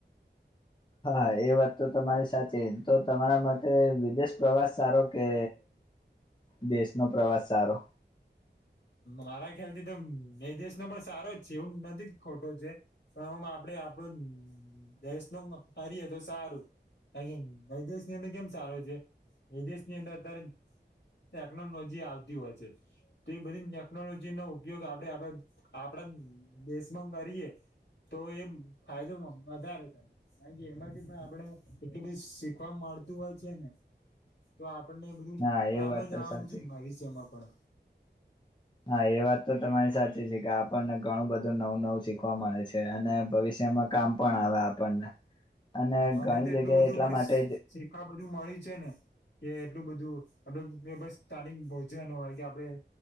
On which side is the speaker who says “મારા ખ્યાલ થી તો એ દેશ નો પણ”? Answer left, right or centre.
Left